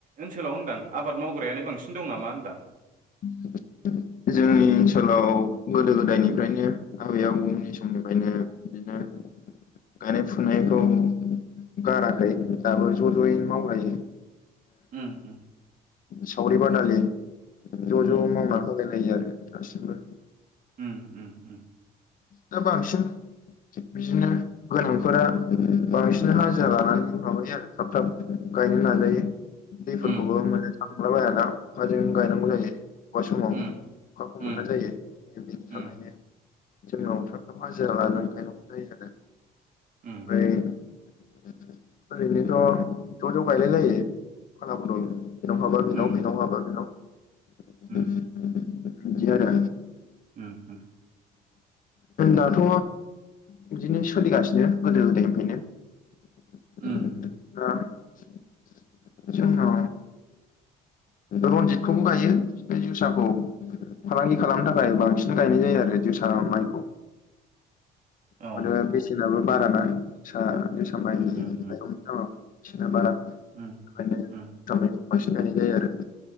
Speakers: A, on the right (about 50°); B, on the left (about 55°).
A: ओनसोलाव होनदां आबाद मावग्रायानो बांसिन दं नामा होनदां?
B: <inaudible> जोंनि ओनसोलाव गोदो गोदायनिफ्रायनो आबै आबौनि समनिफ्रायनो बिदिनो। गायनाय फुनायखौ गाराखै दाबो ज' ज'यैनो मावलायो
A: उम उम
B: सावरि बादालि ज'
A: उम
B: ज' मावना होलायलायो आरो गासिबो।
A: उम
B: दा बांसिन बिदिनो गोनांफोरा बांसिन हाजिरा लानानै माबायो आरो थाब थाब गायनो नाजायो दैफोरखौबो
A: उम
B: मोन थांला बायाना अखाजों गायनांगौ जायो। अबेबा समाव अखाखौ
A: उम उम
B: मोना जायो बेनि थाखायनो
A: उम
B: जोंनाव <inaudible> हाजा लानानै गायनांगौ जायो आरो
A: उम
B: ओमफ्राय ओरैनोथ' ज' ज' गायलाय लायो फाला बदल। बेनाव हाबा बेनाव
A: उम
B: बेनाव हाबा बेनाव
A: उम
B: बिदि आरो
A: उम अम।
B: दाथ' बिदिनो सोलिगासिनो गोदो गोदायनिफ्रायनो
A: उम
B: <inaudible> रनजितखौबो गायो बे जोसाखौ फालांगि खालामनो थाखाय बांसिन गायनाय जायो आरो जोसा माइ
A: औ उम
B: माथ बेसेनाबो बारा ना सा सामबबायनि
A: उम उम
B: बिना बारा
A: उम
B: बेनो
A: उम
B: खामानिायसिन गायनाय जायो आरो